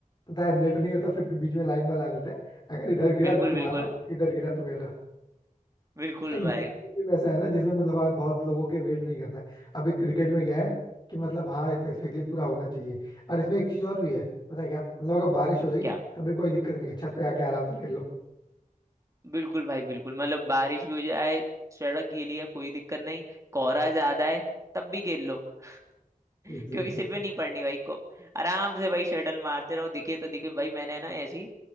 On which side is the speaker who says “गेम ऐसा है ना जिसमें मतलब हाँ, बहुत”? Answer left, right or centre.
Left